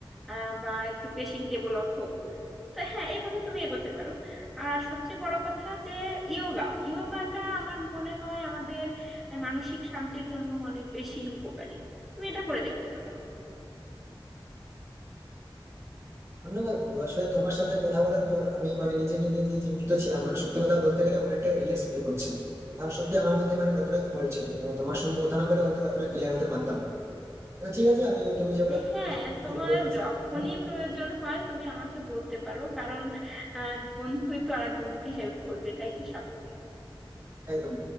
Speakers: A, in the centre; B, on the right.
A: আহ, বা একটু পেশি ডেভেলপ হোক তো হ্যাঁ এইভাবে তুমি এগোতে পারো আর সবচেয়ে বড় কথা যে ইয়োগা ইয়োগাটা আমার মনে হয় আমাদের মানসিক শান্তির জন্য অনেক বেশি উপকারী তুমি এটা করে দেখতে পারো
B: ধন্যবাদ বন্ধু আসলে তোমার সাথে কথা বলার পর আমি মানে নিজেকে নিয়ে যে চিন্তিত ছিলাম মানে সত্যি কথা বলতে গেলে অনেকটাই রিল্যাক্স ফিল করছিলাম কারণ সত্যি আমার মধ্যে মানে কতটাই ফল্ট ছিল এবং তোমার সঙ্গে কথা না বলে হয়তো এতটা ক্লিয়ার হতে পারতাম না। আচ্ছা ঠিক আছে আমি তুমি যেগুলো বললে
A: হ্যাঁ
B: আমি সেগুলো ফলো
A: তোমার
B: করার চেষ্টা
A: যখনই
B: করবো
A: প্রয়োজন হয় তুমি আমাকে বলতে পারো কারণ আহ বন্ধুই তো আরেক বন্ধুকে হেল্প করবে এটাই তো স্বাভাবিক
B: একদম